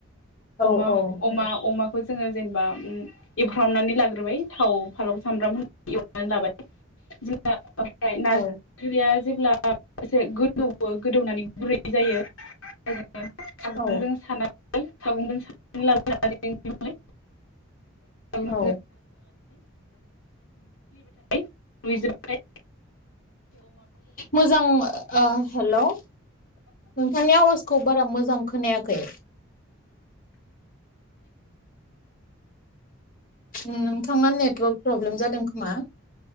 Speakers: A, on the left (about 75°); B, on the left (about 40°).
A: होमबा
B: औ
A: अमा- अमा - अमा खौ जोङो जेनेबा उम एवफ्रामनानै लाग्रोबाय थाव फालौ सामब्राम होननानै एवनानै लाबाय जोंहा ओमफ्राय नारजि
B: औ
A: ओंख्रिया जेब्ला एसे गोदौवो गोदौनानै गुरै जायो सागंजों
B: औ
A: सानानै सागंजों सानानै <unintelligible>
B: औ
A: <unintelligible> <unintelligible> रुयजोबाथाय
B: मोजां ओ हेलौ नोंथांनि आवास खौ बारा मोजां खोनायाखै नोंथांना नेटवर्क प्रब्लेम जादों खोमा